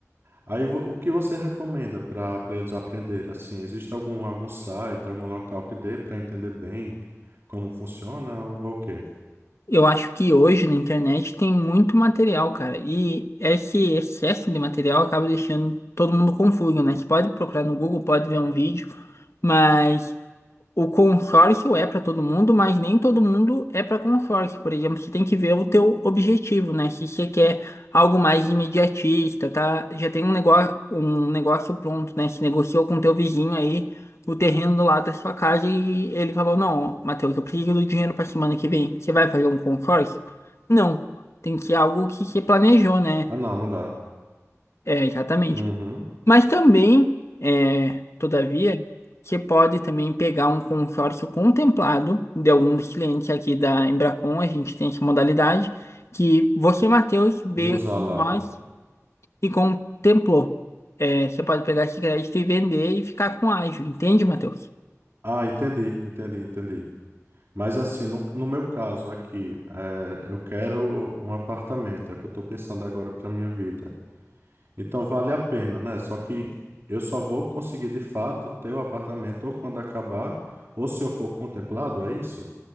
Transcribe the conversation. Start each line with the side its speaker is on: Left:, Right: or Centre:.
Right: Aí, vo- o que você recomenda pra para eles aprenderem? Assim, existe algum, algum site, algum local que dê pra entender bem como funciona ou ou o quê?
Left: Eu acho que hoje na internet tem muito material, cara. E esse excesso de material acaba deixando todo mundo confuso, né? Você pode procurar no Google, pode ver um vídeo, mas. O consórcio é para todo mundo, mas nem todo mundo é para consórcio. Por exemplo, você tem que ver o teu objetivo, né? Se você quer algo mais imediatista, tá? Já tem um negócio, um negócio pronto, né? Se negociou com o teu vizinho aí o terreno do lado da sua casa e ele falou: "Não, Matheus, eu preciso do dinheiro para semana que vem. Você vai fazer um consórcio?" Não, tem que ser algo que você planejou, né?
Right: Ah, não, não dá.
Left: É, exatamente.
Right: Uhum.
Left: Mas também, é, todavia, você pode também pegar um consórcio contemplado de algum dos clientes aqui da Embracon, a gente tem essa modalidade, que você, Matheus, veio
Right: E usar
Left: aqui com
Right: lá.
Left: nós
Right: o-
Left: e contemplou. É, você pode pegar esse crédito e vender e ficar com ágio, entende, Matheus?
Right: Ah, entendi, entendi, entendi. Mas assim, no, no meu caso aqui, é, eu quero um apartamento, é o que eu tô pensando agora pra minha vida. Então vale a pena, né? Só que eu só vou conseguir de fato ter o apartamento ou quando acabar, ou se eu for contemplado, é isso?